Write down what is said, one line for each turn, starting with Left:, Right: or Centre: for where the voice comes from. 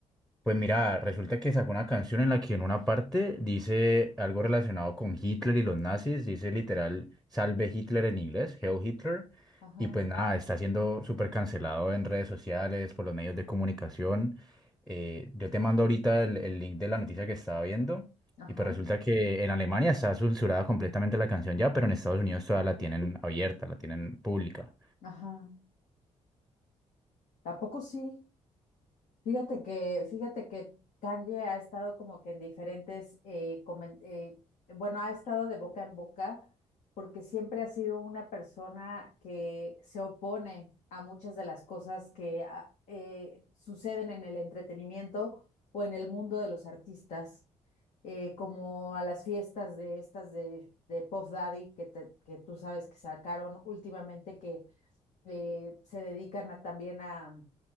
Centre: Pues mira, resulta que sacó una canción en la que en una parte dice algo relacionado con Hitler y los nazis, dice literal Salve Hitler en inglés, hail Hitler,
Left: Ajá,
Centre: y pues nada, está siendo súper cancelado en redes sociales, por los medios de comunicación. Eh, yo te mando ahorita el, el link de la noticia que estaba viendo,
Left: ajá,
Centre: y pues resulta que en Alemania está censurada completamente la canción ya, pero en Estados Unidos todavía la tienen abierta, la tienen pública.
Left: ajá. ¿A poco sí? Fíjate que, fíjate que Kanye ha estado como que en diferentes, eh, comen- eh, bueno, ha estado de boca en boca porque siempre ha sido una persona que se opone a muchas de las cosas que ah, eh, suceden en el entretenimiento o en el mundo de los artistas, eh, como a las fiestas de estas de, de Puff Daddy que, te- que tú sabes que sacaron últimamente que eh, se dedican a- también a